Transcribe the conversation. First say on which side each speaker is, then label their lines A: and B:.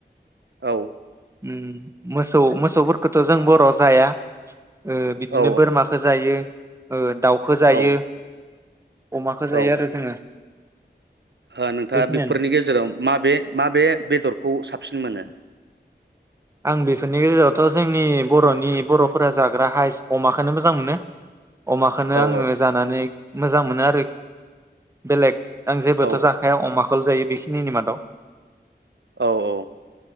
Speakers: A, on the right (about 90°); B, on the right (about 15°).
A: औ
B: उम मोसौ मोसौफोरखौथ' जों बर' जाया ओ बिदिनो
A: औ
B: बोरमाखो जायो। ओ दाउखो जायो।
A: औ
B: अमाखो जायो
A: औ
B: आरो जोङो।
A: ओ नोंथाङा
B: बेखिनियानो
A: बेफोरनि गेजेराव माबे माबे बेदरखौ साबसिन मोनो?
B: आं बेफोरनि गेजेरावथ' जोंनि बर'नि बर'फोरा जाग्रा हाइस अमाखौनो मोजां मोनो। अमाखौनो
A: औ
B: आङो जानानै मोजां मोनो आरोखि बेलेग आं जेबोथ'
A: औ
B: जाखाया अमाखौल' जायो। बेखिनिनि मादाव
A: औ औ